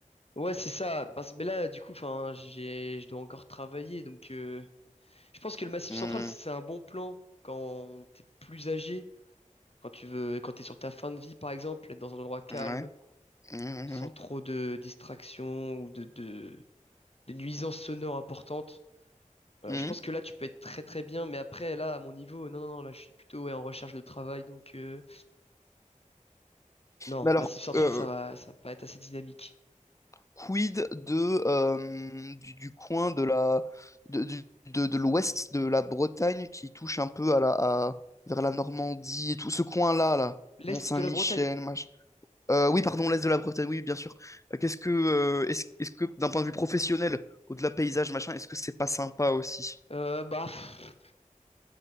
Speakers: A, on the left (about 50°); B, on the left (about 25°).
A: ouais, c'est ça. Parce que mais là, du coup, enfin, j'ai, je dois encore travailler, donc euh, je pense que le Massif
B: Hmm,
A: Central, c'est un bon plan quand t'es plus âgé, quand tu veux, quand t'es sur ta fin de vie, par exemple, être dans un endroit calme.
B: ouais. hmm,
A: sans trop de distractions ou de, de, de nuisances sonores importantes. Euh,
B: hmm,
A: je pense
B: hmm.
A: que là, tu peux être très très bien, mais après, là, à mon niveau, non, non, non, là, je suis plutôt ouais, en recherche de travail, donc euh, non,
B: Mais alors,
A: Massif Central,
B: euh,
A: ça va, ça va pas être assez dynamique.
B: quid de euh, du, du coin de la de, du- de, de l'ouest de la Bretagne qui touche un peu à la à- vers la Normandie et tout ce coin-là là,
A: L'Est
B: Mont-Saint-Michel,
A: de la Bretagne,
B: mach... Euh, oui, pardon, l'est de la Bretagne, oui, bien sûr. Euh, qu'est-ce que euh, est-ce, est-ce que d'un point de vue professionnel, au-delà paysage machin, est-ce que c'est pas sympa aussi?
A: euh, bah, pff,